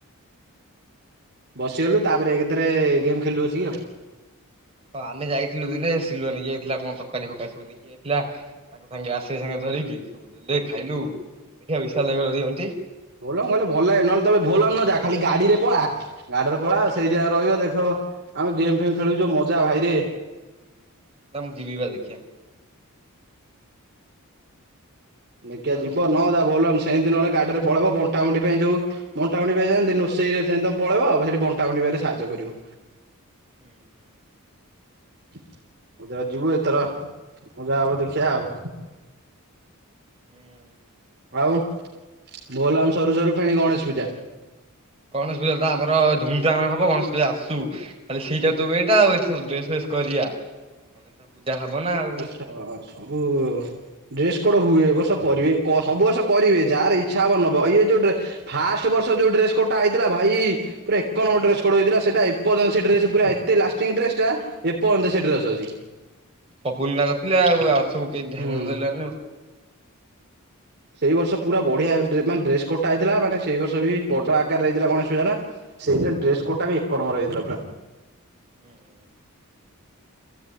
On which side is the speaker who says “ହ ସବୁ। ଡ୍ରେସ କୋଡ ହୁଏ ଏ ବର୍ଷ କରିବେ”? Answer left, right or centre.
Right